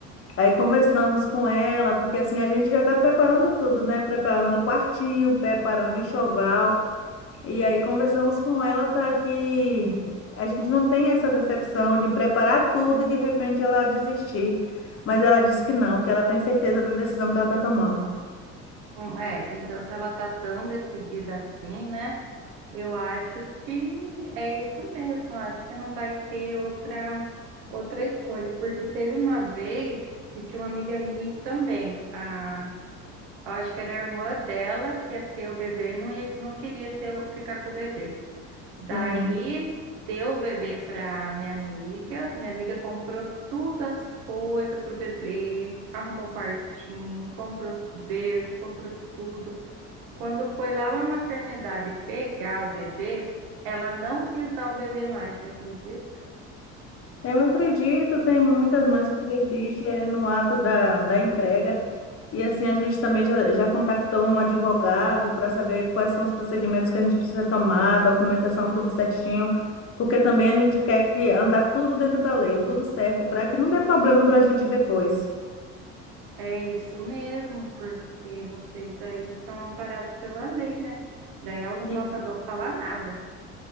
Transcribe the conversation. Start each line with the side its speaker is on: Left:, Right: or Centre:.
Left: Aí conversamos com ela, porque assim a gente já está preparando tudo, né? Preparando o quartinho, preparando o enxoval. E aí conversamos com ela para que a gente não tenha essa decepção de preparar tudo e de repente ela desistir. Mas ela disse que não, que ela tem certeza da decisão que ela está tomando.
Right: Hum, é, então se ela tá tão decidida assim, né? Eu acho que é isso mesmo. eu Acho que não vai ter outra, outra escolha. Porque teve uma vez que tinha uma amiga minha que também, a Eu acho que era a irmã dela que ia ter o bebê e não, ia, não queria ter, o- ficar com o bebê. Daí
Left: Sim.
Right: deu o bebê para minha amiga. Minha amiga comprou todas as coisas pro bebê, arrumou quartinho, comprou berço, comprou tudo. Quando foi lá na maternidade pegar o bebê, ela não quis dar o bebê mais, você acredita?
Left: Eu acredito, tem muitas mães que desistem é, no ato da, da entrega. E assim, a gente também já, já contactou um advogado para saber quais são os procedimentos que a gente precisa tomar, documentação, tudo certinho, porque também a gente quer que andar tudo dentro da lei, tudo certo, para que não dê problema para a gente depois.
Right: É isso mesmo, porque vocês aí são amparados pela lei, né? Daí ela não
Left: E,
Right: pode fazer, falar nada.